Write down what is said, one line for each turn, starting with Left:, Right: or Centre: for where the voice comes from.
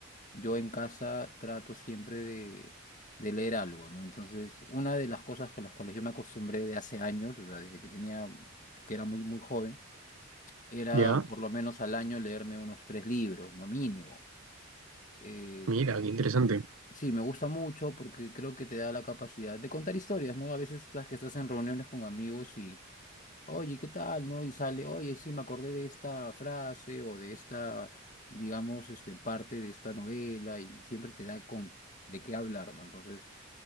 Left: yo en casa trato siempre de, de leer algo, ¿no? Entonces, una de las cosas con las cuales yo me acostumbré de hace años, o sea, desde que tenía, desde que era muy, muy joven, era
Right: Ya,
Left: por lo menos al año leerme unos tres libros, no mínimo eh,
Right: mira, qué interesante.
Left: Sí, me gusta mucho porque creo que te da la capacidad de contar historias, ¿no? A veces estás que estás en reuniones con amigos y, oye, ¿qué tal? ¿No? Y sale, oye, sí, me acordé de esta frase o de esta, digamos, este, parte de esta novela y siempre te da con de qué hablar, ¿no? Entonces,